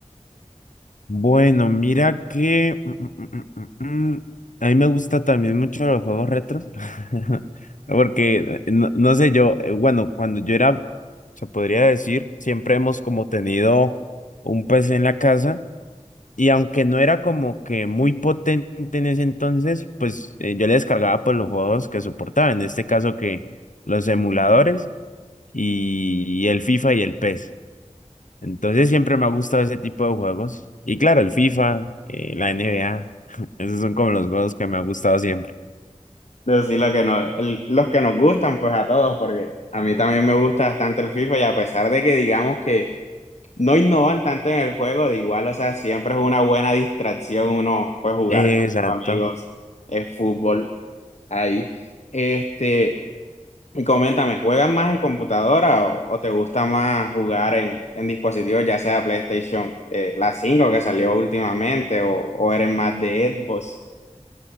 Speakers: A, on the left; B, on the left.
A: Bueno, mira que mm, mm, mm, mm, mm, a mí me gusta también mucho los juegos retros, <laughs> porque eh, no, no sé, yo, eh, bueno, cuando yo era, se podría decir, siempre hemos como tenido un PC en la casa y aunque no era como que muy potente en ese entonces, pues eh, yo le descargaba pues los juegos que soportaba, en este caso que los emuladores y, y el FIFA y el PES. Entonces siempre me ha gustado ese tipo de juegos. Y claro, el FIFA, eh, la NBA, <laughs> esos son como los juegos que me ha gustado siempre.
B: Decir lo que no, el- los que nos gustan, pues a todos, porque a mí también me gusta bastante el FIFA y a pesar de que digamos que no innovan tanto en el juego, de igual, o sea, siempre es una buena distracción uno pues jugar
A: Exacto.
B: con sus amigos eh, fútbol ahí. Este, y coméntame, ¿juegan más en computadora o, o te gusta más jugar en, en dispositivos, ya sea PlayStation, eh, la 5 que salió últimamente, o, o eres más de Xbox?